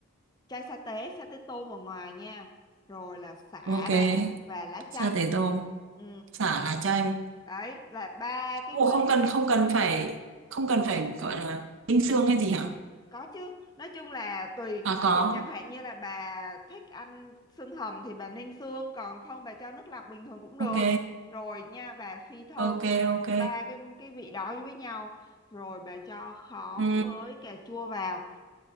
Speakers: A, on the left; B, on the right.
A: chai sa tế, sa tế tôm ở ngoài nha, rồi là sả
B: ok
A: này và lá
B: sa
A: chanh.
B: tế tôm
A: Ừ,
B: Xả là cho em
A: đấy là ba cái
B: Ủa
A: nguyên
B: không
A: liệu
B: cần không cần phải không cần phải gọi là tinh xương hay gì hả?
A: Có chứ, nói chung là tùy
B: À có
A: kiểu chẳng hạn như là bà thích ăn xương hầm thì bà ninh xương, còn không bà cho nước lọc bình thường cũng
B: ok
A: được. Rồi nha, bà phi thơm
B: ok ok
A: ba cái cái vị đó với nhau, rồi bà cho khóm
B: ừ
A: với cà chua vào